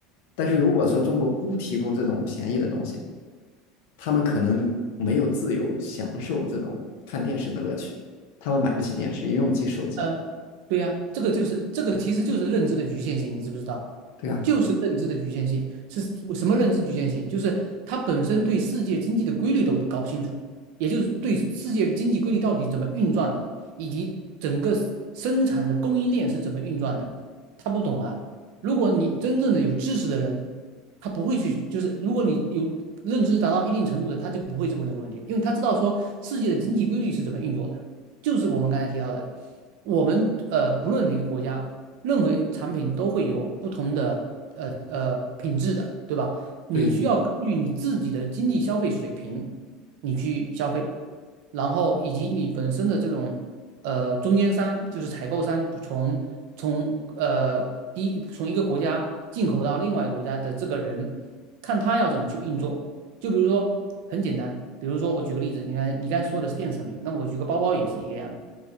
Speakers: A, on the left; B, on the right.
A: 但是如果说中国不提供这种便宜的东西，
B: 对。
A: 他们可能没有自由享受这种看电视的乐趣，他们买不起电视，也用不起手机。
B: 呃，对呀、这个就是这个其实就是认知的局限性，你知不知道？
A: 对啊，
B: 就是认知的局限性是什么认知局限性？就是他本身对世界经济的规律都搞不清楚，也就是对世界经济规律到底怎么运转的，以及整个 s- 生产的供应链是怎么运转的，他不懂啊。如果你真正的有知识的人，他不会去，就是如果你有认知达到一定程度的，他就不会去问这个问题，因为他知道说世界的经济规律是怎么运作的，就是我们刚才提到的。我们呃，不论哪个国家，任何一个产品都会有不同的呃呃品质的，对吧？你需要根据你自己的经济消费水平，
A: 对，
B: 你去消费，然后以及你本身的这种呃中间商，就是采购商，从从呃第一从一个国家进口到另外一个国家的这个人，看他要怎么去运作。就比如说很简单，比如说我举个例子，你看你刚才说的是电子产品，那么我举个包包也是一个样子